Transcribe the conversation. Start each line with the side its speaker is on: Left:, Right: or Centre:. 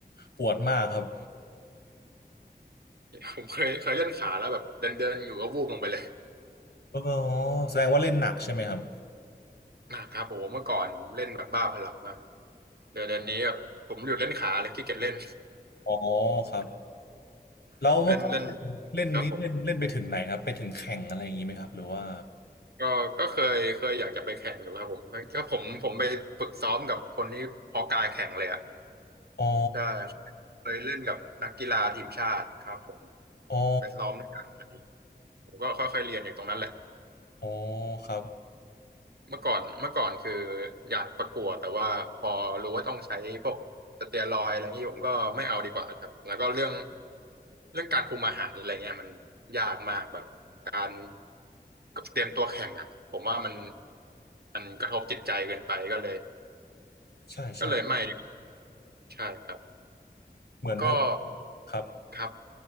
Left: ปวดมากครับ
Right: ผมเคยเคยเล่นขาแล้วแบบเดินเดินอยู่ก็วูบลงไปเลย
Left: อ๋อแสดงว่าเล่นหนักใช่ไหมครับ
Right: หนักครับผมเมื่อก่อนเล่นแบบบ้าพลังมากเดี๋ยวเดี๋ยวนี้แบบผมหยุดเล่นขาเลยขี้เกียจเล่น
Left: อ๋อครับแล้วเมื่อก่อน
Right: เล่นเล่น
Left: เล่นนี้เล่นเล่นไปถึงไหนครับไปถึงแข่งอะไรอย่างนี้ไหมครับหรือว่า
Right: ครับผมก็ก็เคยเคยอยากจะไปแข่งอยู่ครับผมก็ผมผมไปฝึกซ้อมกับคนที่เพาะกายแข่งเลยอ่ะ
Left: อ๋อ
Right: ใช่เคยเล่นกับนักกีฬาทีมชาติครับผม
Left: อ๋อ
Right: ไปซ้อมด้วยกันเลยผมก็ค่อยๆเรียนจากตรงนั้นแหละ
Left: อ๋อครับ
Right: เมื่อก่อนเมื่อก่อนคืออยากประกวดแต่ว่าพอรู้ว่าต้องใช้พวกสเตียรอยด์อะไรงนี้ผมก็ไม่เอาดีกว่าครับแล้วก็เรื่องเรื่องการคุมอาหารอะไรเงี้ยมันยากมากแบบการเตรียมตัวแข่งอ่ะผมว่ามันมันกระทบจิตใจเกินไปก็เลย
Left: ใช่ใช่
Right: ก็เลยไม่ดีกว่าใช่ครับ
Left: เหมือนเวลา
Right: ก็
Left: ครับ
Right: ครับ